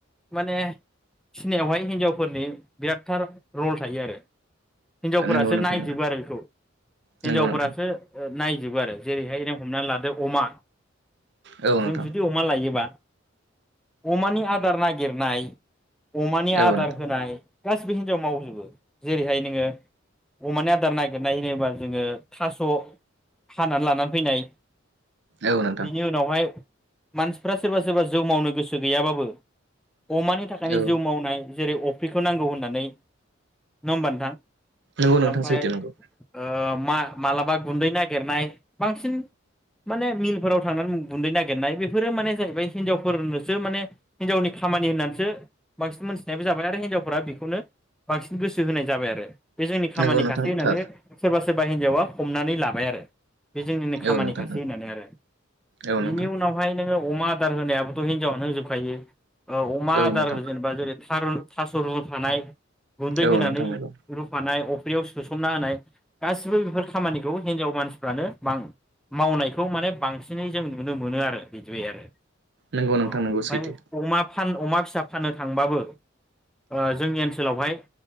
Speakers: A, in the centre; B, on the right.
A: माने फिसिनायावहाय हिन्जावफोरनि बिरादथार रल थायो आरो। हिनजावफोरासो
B: नंगौ नोंथां
A: नायजोबो आरो बेखौ हिनजावफोरासो
B: नंगौ नोंथां
A: नायजोबो आरो जेरैहाय हमनानै लादो अमा
B: औ नोंथां
A: जों जुदि अमा लायोबा अमानि आदार नागिरनाय अमानि
B: औ
A: आदार
B: नोंथां
A: होनाय गासिबो हिन्जाव मावजोबो जेरैहाय नोङो अमानि आदार नागिरनाय होनोबा जोङो थास' हानानै लानानै फैनाय
B: औ नोंथां
A: बिनि उनावहाय मानसिफ्रा सोरबा सोरबा जौ मावनो गोसो गैयाबाबो अमानि थाखायनो
B: औ
A: जौ मावनाय जेरै अफ्रिखौ नांगौ होननानै नङा होमबा नोंथां?
B: नंगौ नोंथां
A: ओमफ्राय
B: सोैथो नोंगौ
A: ओ मा मालाबा गुन्दै नागिरनाय। बांसिन माने मिलफोराव थांनानै गुन्दै नागिरनाय बेफोरो माने जाहैबाय हिनजावफोरनोसो माने हिनजावनि खामानि होननानैसो बांसिन मोन्थिनायबो जाबाय आरो हिनजावफोरा बेखौनो बांसिन गोसो होनाय जाबाय आरो। बे जोंनि खामानि
B: नंगौ नोंथां
A: खासै होननानै
B: थार
A: सोरबा सोरबा हिनजावा हमनानै लाबाय आरो बे जोंनिनो खामानिखासै
B: औ नोंथां नंगौ
A: होननानै आरो
B: औ
A: बिनि
B: नोंथां
A: उनावहाय नोङो अमा आदार होनायाबोथ' हिनजावानो होजोबखायो ओ अमा
B: औ
A: आदार
B: नोंथां
A: जै थारुन थास' रुफानाय गुन्दै
B: औ
A: होनानै
B: नोंथां नंगौ
A: रुफानाय अ फुख्रियाव सोसोमना होनाय गासिबो बेफोर खामानिखौ हिनजाव मानसिफ्रानो बां मावनायखौ माने बांसिनै जों नुनो मोनो आरो बिदिबाय आरो
B: नंगौ नोंथां
A: ओमफ्राय
B: नंगौ सैथो
A: अमा फान अमा फिसा फाननो थांबाबो ओ जोंनि ओनसोलावहाय